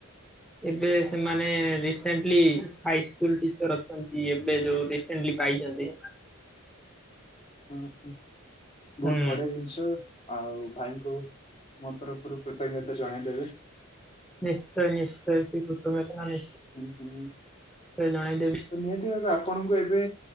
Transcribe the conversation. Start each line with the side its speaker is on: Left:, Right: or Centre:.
Centre: ଏବେ ସେମାନେ ରିସେଣ୍ଟଲି ହାଇ ସ୍କୁଲ ଟିଚର ଅଛନ୍ତି ଏବେ ଯୋଉ ରସେଣ୍ଟଲି। ପାଇଛନ୍ତି।
Left: ହୁଁ ହୁଁ,
Centre: ହୁଁ
Left: ବହୁତ ବଢିଆ ଜିନିଷ। ଆଉ ଭାଇଙ୍କୁ ମୋ ତରଫରୁ କୃତଜ୍ଞତା ଜଣେଇଦେବେ।
Centre: ନିଶ୍ଚୟ ନିଶ୍ଚୟ ସେ କୃତଜ୍ଞତା ଟା ନିଶ୍ଚୟ
Left: ହୁଁ ହୁଁ।
Centre: ଜଣେଇଦେବି।
Left: ତ ନିହାତି ଭାବେ ଆ ଆପଣଙ୍କୁ ଏବେ